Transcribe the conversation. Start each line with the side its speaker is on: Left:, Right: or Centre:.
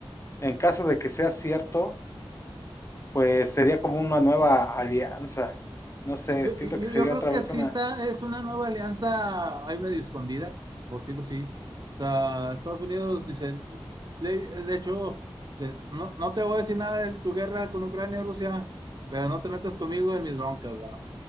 Left: en caso de que sea cierto, pues sería como una nueva alianza. No sé,
Right: Yo,
Left: siento
Right: yo,
Left: que sería
Right: yo creo
Left: otra
Right: que
Left: vez
Right: sí
Left: una...
Right: está, es una nueva alianza ahí medio escondida, por decirlo así. O sea, Estados Unidos dice, le- de hecho, dice, no, no te voy a decir nada de tu guerra con Ucrania y Rusia, pero no te metas conmigo en mis broncas, ¿va?